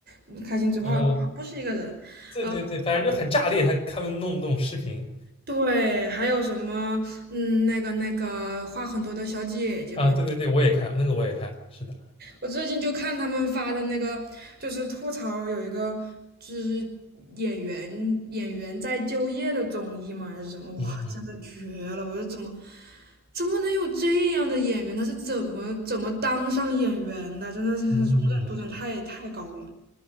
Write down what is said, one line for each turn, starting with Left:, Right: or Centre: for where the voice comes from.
Right: <laughs> 开心嘴炮不是一个人，
Left: 嗯，对对对，
Right: 呃
Left: 反正就很炸裂，他他们弄的那种视频
Right: 对，还有什么嗯，那个那个话很多的小姐姐们。
Left: 啊，对对对，我也看那个我也看，是的，
Right: 我最近就看他们发的那个，就是吐槽有一个就是演员演员在就业的综艺嘛，还是什么？哇，
Left: 嗯嗯
Right: 真的绝了！我说怎么怎么能有这样的演员？他是怎么怎么当上演员的？真的是容忍度真的太太高了。
Left: 嗯嗯嗯，